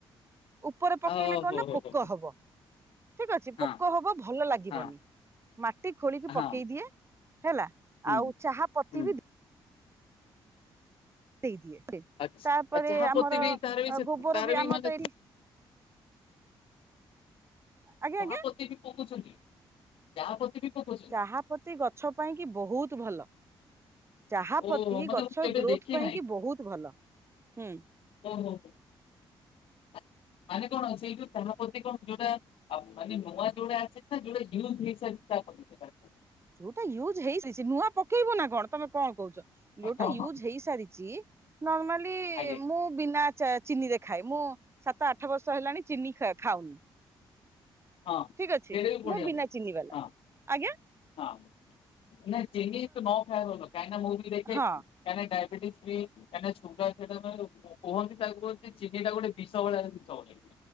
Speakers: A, on the right; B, on the left.
A: ଉପରେ ପକେଇଲେ
B: ଓହୋ
A: କଣ ନା
B: ହୋ
A: ପୋକ
B: ହୋ
A: ହବ ଠିକ ଅଛି
B: ହଁ
A: ପୋକ ହବ ଭଲ ଲାଗିବନି
B: ହଁ
A: ମାଟି ଖୋଳିକି
B: ହଁ
A: ପକେଇ ଦିଏ ହେଲା
B: ହୁଁ
A: ଆଉ ଚାହା ପତି
B: ହୁଁ
A: ବି ଦେଇଦିଏ
B: ଆଚ୍ଛା
A: ତାପରେ
B: ଚାହା
A: ଆମର
B: ପତି ବି ତାର ବି ସେ
A: ଗୋବର
B: ତାର
A: ବି ଆମର
B: ମାନେ
A: ତ ଏଇ ଆଜ୍ଞା
B: ଯାହା
A: ଆଜ୍ଞା
B: ପ୍ରତି ବି ପକଉଛନ୍ତି ଯାହା ପ୍ରତି ବି ପକଛନ୍ତି
A: ତାହା ପ୍ରତି ଗଛ ପାଇଁ କି ବହୁତ ଭଲ। ଚାହା
B: ଓହୋ
A: ପ୍ରତି
B: ମାନେ
A: ଗଛ
B: ମୁଁ କେବେ
A: ଗ୍ରୋଥ
B: ଦେଖି
A: ପାଇଁ କି ବହୁତ ଭଲ ହୁଁ।
B: ଓ ହୋ ହୋ ମାନେ କଣ ଅ ସେଇ ଯ ତା ପ୍ରତି କଣ ଯୋଉଟା ଆଉ ମାନେ ନୂଆ ଯୋଉଡା ଆସେ ନା ଯୋଉଟା ଜୁଇସଷ୍ଟା ସେଟ
A: ଯୋଉଟା ୟୁଜ ହେଇ ନୂଆ ପକେଇବୁ ନା କଣ ତମେ କଣ କହୁଛ। ଯୋଉଟା
B: ହଁ
A: ୟୁଜ
B: ହଁ
A: ହେଇସାରିଛି ନର୍ମାଲି
B: ଆଜ୍ଞା
A: ମୁଁ ବିନା ଚିନି ଦେଖାଏ ମୁଁ ସାତ ଆଠ ବର୍ଷ ହେଲାଣି ଚିନି ଖାଉନି।
B: ହଁ
A: ଠିକ ଅଛି
B: ଳ ବି ପୁଣିଆ
A: ମୁଁ ବିନା
B: ପାଇଁରେ
A: ଚିନି ବାଲା
B: ହଁ
A: ଆଜ୍ଞା
B: ହଁ। ନାଁ ଚିନି ତ ନ ଖାଇ ବଲ କାଇଁନା ମୁଭି ଦେଖେ
A: ହଁ
B: କାଇ ଡାୟବେଟିସ ବି କାହିଁକି ସୁୁଗା ସେଟା କୁହନ୍ତି ତାକୁ କ ଚିନିଟା ଗୋଟେ ବିଷ ଭଳିଆ ଜିନିଷ ବୋଲି।